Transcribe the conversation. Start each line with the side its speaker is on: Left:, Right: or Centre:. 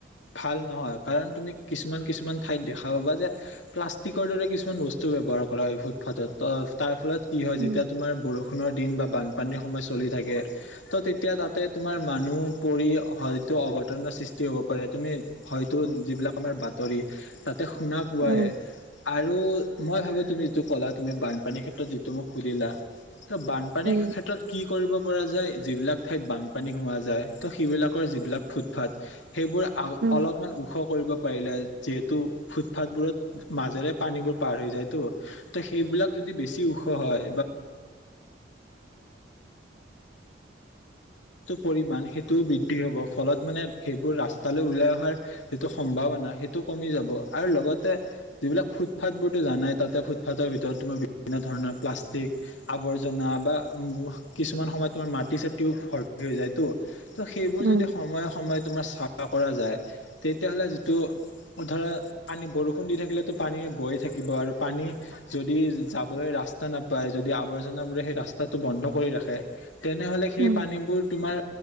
Left: ভাল নহয়, কাৰণ তুমি কিছুমান। কিছুমান ঠাইত দেখা পাবা যে, প্লাষ্টিকৰ দৰে কিছুমান বস্তু ব্যৱহাৰ কৰা হয় ফুটপাথত। তাৰ ফলত কি হয়,
Right: উম
Left: যেতিয়া তোমাৰ বৰষুণৰ। দিন বা বানপানীৰ সময় চলি থাকে ত' তেতিয়া তাতে তোমাৰ মানুহ পৰি হয়তো। কট সৃষ্টি হ'ব পাৰে, তুমি হয়তো যিবিলাক আমাৰ ব। তাতে শুনা পোৱায়
Right: উম
Left: আৰু। মই ভাবো তুমি যিটো ক'লা তুমি বানপানীৰ ক্ষেত্ৰত যিটো মোক সুধিলা। ত, বানপানীৰ
Right: উম
Left: ক্ষেত্ৰত কি। কৰিব পৰা যায়, যিবিলাক ঠাইত বানপানী হোৱা যায় ত সেইবিলাকৰ যিবিলাক ফুটফাত। সেইবোৰ আ
Right: উম উম
Left: অলপমান ওখ কৰিব পাৰিলে। যিহেতু ফুটপথ বোৰত মাজেৰে পানীবোৰ পাৰ হৈ যায় তো ত সেইবিলাক যদি বেছি। হয়। পৰিমণ সেইটোও বৃদ্ধি হ'ব ফলত মানে সেইবোৰ ৰাস্তালৈ ওলাই অহাৰ যিটো সম্ভাৱনা সেইটো। কমি যাব, আৰু লগতে যিবিলাক ফুটপাথ বোৰতো জানাই তাতে ফুটফাথৰ ভিতৰত তোমাৰ বিভিন্ন ধৰণৰ। প্লাষ্টিক আৱৰ্জনা, বা কিছুমান সময়ত তোমাৰ মাটি চ টিউব ভৰ্তি হৈ যায় তো। ত' সেইবোৰ
Right: উম
Left: যদি সময়ে সময়ে তোমাৰ চাহা কৰা যায় তেতিয়াহলে যিটো। ধৰা, পানী বৰষুণ দি থাকিলেতো পানী বয়ে থাকিব আৰু পানী যদি যাবলৈ ৰাস্তা। ৰাস্তা নাপায়, যদি আৱৰ্জনাবোৰে সেই ৰাস্তাটো বন্ধ কৰি ৰাখে। তেনেহলে সেই
Right: উম
Left: পানীবোৰ তোমাৰ।